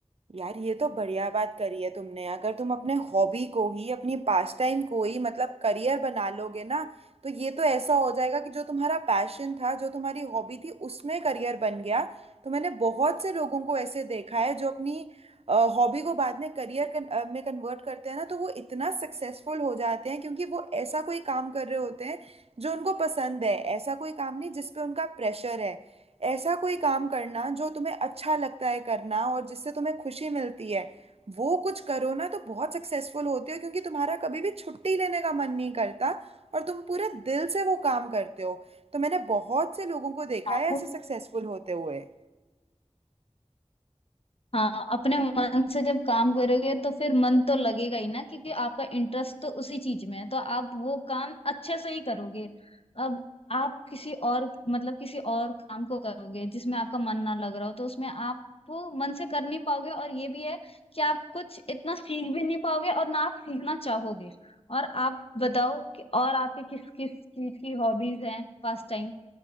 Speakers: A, on the right; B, on the left.
A: यार ये तो बढ़िया बात करी है तुमने अगर तुम अपने हॉबी को ही अपनी पास टाइम को ही मतलब करियर बना लोगे ना तो ये तो ऐसा हो जाएगा कि जो तुम्हारा पैशन था जो तुम्हारी हॉबी थी उसमें करियर बन गया तो मैंने बहुत से लोगों को ऐसे देखा है जो अपनी हॉबी को बाद में करियर कन, अ, में कन्वर्ट करते हैं ना तो वो इतना सक्सेसफुल हो जाते हैं क्योंकि वो ऐसा कोई काम कर रहे होते हैं जो उनको पसंद है ऐसा कोई काम नहीं जिस पे उनका प्रेशर है ऐसा कोई काम करना जो तुम्हें अच्छा लगता है करना और जिससे तुम्हें खुशी मिलती है वो कुछ करो ना तो बहुत सक्सेसफुल होते हो क्योंकि तुम्हारा कभी भी छुट्टी लेने का मन नहीं करता और तुम पूरे दिल से वो काम करते हो तो मैंने बहुत से लोगों को देखा
B: हाँ
A: है ऐसे सक्सेसफुल होते हुए
B: हाँ अपने मन से जब काम करोगे तो फिर मन तो लगेगा ही ना क्योंकि आपका इंटरेस्ट तो उसी चीज में है तो आप वो काम अच्छे से ही करोगे अब आप किसी और मतलब किसी और काम को करोगे जिसमें आपका मन ना लग रहा हो तो उसमें आप वो मन से कर नहीं पाओगे और ये भी है कि आप कुछ इतना सीख भी नहीं पाओगे और ना आप सीखना चाहोगे और आप बताओ कि और आपकी किस किस चीज की हॉबीज हैं पास टाइम